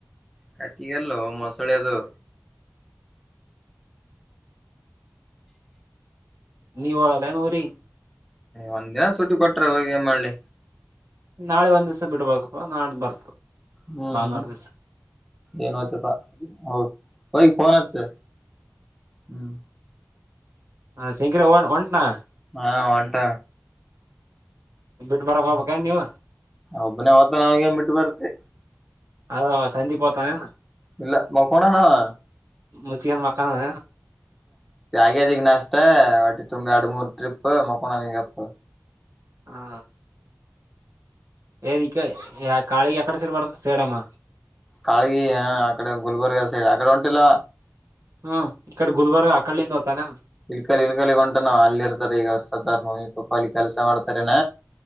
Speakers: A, in the centre; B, on the right.
A: ಕಟ್ಟಗಲ್ಲ ಮಸಳೆದು
B: ನೀ ಒಳಲ್ಲಏನ್ ಊರಿೀ
A: ಒಂದ್ ದಿನ ಸೂಟಿ ಕೊಟ್ರ ಹೋಗ ಮಾಡಿ
B: ನಾಳೆ ಒಂದ್ ದಿವ್ಸ ಬಿಡ್ಬೇಕಪ್ಪ ನಾ ಬರ್ತ
A: ಹ್ಮ್
B: ಭಾನುವಾರ ದಿವ್ಸ
A: ಎನೈತಪ ಹೋಗ ಫೋನ್ ಅಂಚು ಹ್ಮ್.
B: ಹಾ ಶಂಕರ ಒಂಟನಾ.
A: ಹಾ ಒಂಟ
B: ಬಿಟ್ಟು ಬರಕ್ ಹೋಗ್ಬೇಕೇನ್ ನೀವು
A: ಒಬ್ಬನೇ ಹತ ನಾವಗೆ ಬಿಟ್ಟು ಬರ್ತೆ.
B: ಅದ ಸಜಿ ಪತಾನೆ
A: ಇಲ್ಲ ಮಕೋಣಣ ಅವ
B: ಮುಚಿಗೆಯನ್ ಮಕ್ಕಾನಾ
A: ಅದ ನಾಸ್ತಟ್ಟಿ ತುಂಬಿ ಅಡು ಮೂರು ಟ್ರಿಪ್ ಮಕೊಡ ನಿಗಪ್ಪ.
B: ಹಾ ದ ಇಕ್ಕ ಖಾಳಿಗ ಎಕ್ಕಡೆ ಸರಿ ಪಡತ ಸೇಡಮ್ಮ
A: ಕಾಳಗಿ ಅಡೆ ಗುಲ್ಬರ್ಗ ಸೈಡ್ ಅಕಡೆ ಒಂಟಲ್ಲ
B: ಹ್ಮ ಇ ಕಡೆ ಗುಲ್ಬರ್ಗ ಅ ಕಡ್ಿಂದ ಹತಾನ
A: ಇಲ್ ಕಲ್ ಇಲ್ ಕಲ್ಗ ಹೊಂಟಾನ ಅಲ್ಲಿ ಇರ್ತಾರೆ ಈಗ ಸರ್ದಾರ್ ಮಿ. ಇ ಪಳ ಕೆಲಸ ಮಾಡತರನ